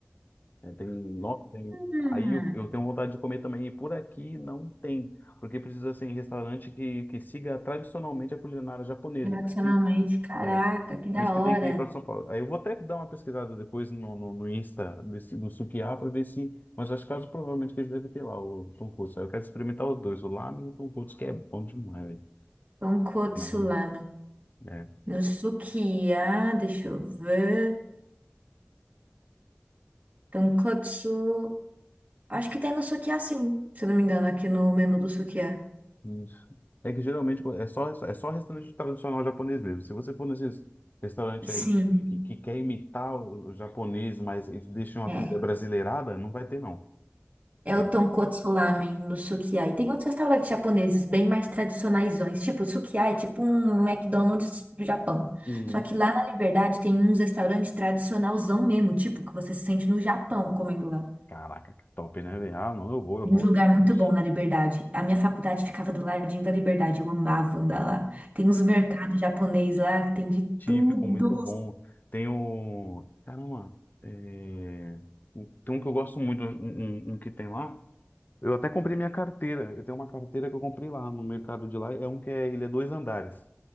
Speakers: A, on the left; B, on the right.
A: É, tem, nossa, tem,
B: Hum,
A: aí eu, eu tenho vontade de comer também, e por aqui não tem, porque precisa ser em restaurante que, que siga tradicionalmente a culinária japonesa,
B: tradicionalmente,
A: por isso que
B: caraca,
A: é,
B: que da
A: por isso
B: hora.
A: que tem que ir para São Paulo. Aí eu vou até dar uma pesquisada depois no, no, no Insta desse, do Sukiá para ver se. Mas acho que caso provavelmente que eles devem ter lá o tonkotsu. Aí eu quero experimentar os dois, o lámen e o tonkotsu que é bom demais, velho.
B: Tonkotsu
A: Lámen,
B: lá.
A: É,
B: No Sukiá, deixa eu ver. Tonkotsu. Acho que tem no Sukiá, sim, se não me engano, aqui no menu do Sukiá.
A: isso. É que geralmente é só, é só restaurante tradicional japonês mesmo. Se você for nesses restaurantes
B: Sim,
A: aí que, que quer imitar o, o japonês, mas eles deixam a
B: é.
A: comida brasileirada, não vai ter, não.
B: É
A: Porque-
B: o Tonkotsu Ramen no Sukiá. E tem outros restaurantes japoneses bem mais tradicionaisões. Tipo, o Sukiá é tipo um McDonald's do Japão.
A: Hum,
B: Só que lá na Liberdade tem uns restaurantes tradicionalzão mesmo, tipo, que você se sente no Japão comendo lá.
A: Caraca, que top, né, velho? Ah, não, eu vou, eu
B: Em
A: vou.
B: Um lugar muito
A: Isso.
B: bom na Liberdade. A minha faculdade ficava do ladinho da Liberdade. Eu amava andar lá. Tem uns mercados japoneses lá que tem de
A: Típico,
B: tudo.
A: muito bom. Tem o. Caramba, é, tem um que eu gosto muito, um, um- um que tem lá. Eu até comprei minha carteira. Eu tenho uma carteira que eu comprei lá no mercado de lá. É um que é, ele é dois andares.